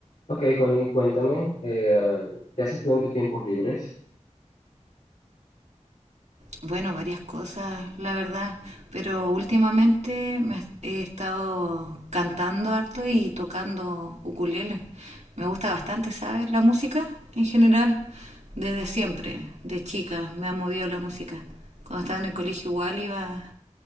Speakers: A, on the left (about 65°); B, on the right (about 65°).
A: Ok, Connie, cuéntame, eh, ¿qué haces tú en tus tiempos libres?
B: Bueno, varias cosas, la verdad, pero últimamente me has- he estado cantando harto y tocando ukulele. Me gusta bastante, ¿sabes? La música en general, desde siempre, de chica, me ha movido la música. Cuando estaba en el colegio igual iba,